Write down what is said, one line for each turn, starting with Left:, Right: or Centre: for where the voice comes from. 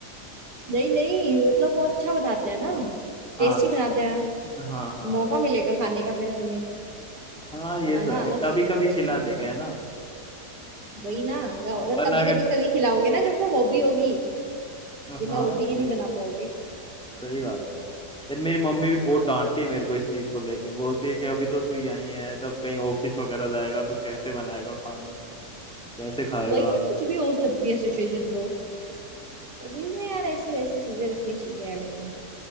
Right: नहीं नहीं मतलब वो अच्छा बनाते हैं ना टेस्टी
Centre: <laughs> हाँ
Right: बनाते हैं
Centre: हाँ हाँ
Right: मौका मिलेगा खाने का फिर हमें
Centre: हाँ ये
Right: बनाना
Centre: तो है
Right: आना चाहिए
Centre: कभी कभी
Right: अच्छी
Centre: खिला
Right: चीज
Centre: देंगे
Right: है
Centre: है ना
Right: वही ना और
Centre: वरना
Right: कभी
Centre: अगर
Right: कभी तभी खिलाओगे ना जब वो हॉबी होगी बिना
Centre: हाँ
Right: हॉबी के
Centre: ठीक
Right: नहीं बना
Centre: है
Right: पाओगे
Centre: सही बात है यार मेरी मम्मी भी बहुत डांटती है मेरे को इस चीज को लेके बोलती है कि अभी तो तू यहीं है जब कहीं ऑफिस वगैरह जाएगा तो कैसे बनाएगा खाना कैसे खाएगा
Right: वही ना कुछ भी हो सकती है सिचुएशन तो हॉबीज में यार ऐसी वैसी चीजें रखनी चाहिए ऐड अपने